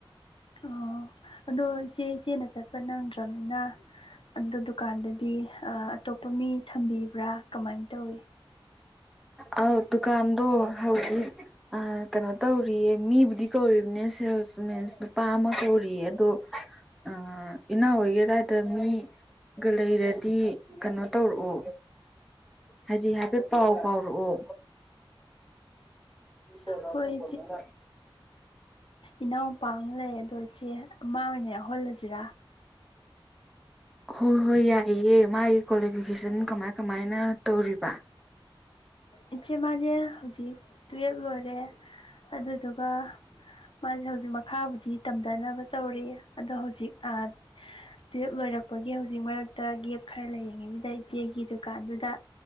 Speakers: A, on the left; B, in the centre.
A: ꯑꯥ ꯑꯗꯣ ꯏꯆꯦ ꯏꯆꯦꯅ ꯆꯠꯄ ꯅꯪꯗ꯭ꯔꯕꯅꯤꯅ ꯑꯗꯨ ꯗꯨꯀꯥꯟꯗꯗꯤ ꯑꯇꯣꯞꯄ ꯃꯤ ꯊꯝꯕꯤꯕ꯭ꯔꯥ ꯀꯃꯥꯏꯅ ꯇꯧꯏ
B: ꯑ ꯇꯗꯨꯀꯥꯟꯗ ꯍꯧꯖꯤ ꯀꯩꯅꯣ ꯇꯧꯔꯤꯌꯦ ꯃꯤꯕꯨꯗꯤ ꯀꯧꯔꯤꯕꯅꯦ ꯁꯦꯜꯁ ꯃꯤꯦꯟꯁ ꯅꯨꯄꯥ ꯑꯃ ꯀꯧꯔꯤꯌꯦ ꯑꯗꯣ ꯑ ꯏꯟꯅ ꯑꯣꯏꯒꯗꯗ ꯃꯤ ꯒ ꯂꯩꯔꯗꯤ ꯀꯩꯅꯣ ꯇꯧꯔꯛꯑꯣ ꯍꯥꯏꯗꯤ ꯍꯥꯏꯐꯦꯠ ꯄꯥꯎ ꯐꯥꯎꯔꯛꯑꯣ ꯁꯣꯔꯝꯕꯣꯂ
A: ꯍꯣꯏ
B: ꯍꯥꯏ
A: ꯏꯅꯥꯎꯅꯨꯄꯥ ꯑꯃ ꯂꯩ ꯑꯗꯣ ꯏꯆꯦ ꯑꯃ ꯑꯣꯏꯅ ꯌꯥꯎꯍꯜꯂꯁꯤꯔꯥ
B: ꯍꯣꯏ ꯍꯣꯏ ꯌꯥꯏꯌꯦ ꯃꯥꯒꯤ ꯀ꯭ꯋꯥꯂꯤꯐꯤꯀꯦꯁꯟ ꯀꯃꯥꯏ ꯀꯃꯥꯏꯅ ꯇꯧꯔꯤꯕ
A: ꯏꯆꯦ ꯃꯥꯅꯦ ꯍꯧꯖꯤꯛ ꯇꯨꯌꯦꯜꯞ ꯂꯣꯏꯔꯦ ꯑꯗꯨꯗꯨꯒ ꯃꯥꯖꯦ ꯍꯧꯖꯤꯛ ꯃꯈꯥꯕꯨꯗꯤ ꯇꯝꯗꯅꯕ ꯇꯧꯔꯤ ꯑꯗꯣ ꯍꯧꯖꯤꯛ ꯑꯥꯠ ꯇꯨꯌꯦꯜꯞ ꯂꯣꯏꯔꯛꯄꯒꯤ ꯍꯧꯖꯤꯛ ꯃꯔꯛꯇ ꯒꯦꯞ ꯈꯔ ꯂꯩꯔꯤꯉꯩꯖꯤꯗ ꯏꯆꯦꯒꯤ ꯀꯥꯟꯗꯨꯗ